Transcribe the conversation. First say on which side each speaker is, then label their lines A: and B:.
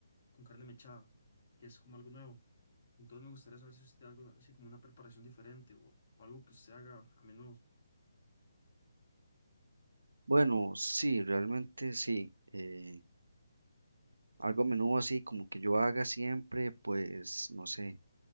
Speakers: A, on the left; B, on the right.
A: con carne mechada, que es como algo nuevo. Entonces me gustaría saber si usted tiene algo así como una preparación diferente o, o algo que usted haga a menudo.
B: Bueno, sí, realmente sí. eh, algo a menudo así, como que yo haga siempre, pues no sé,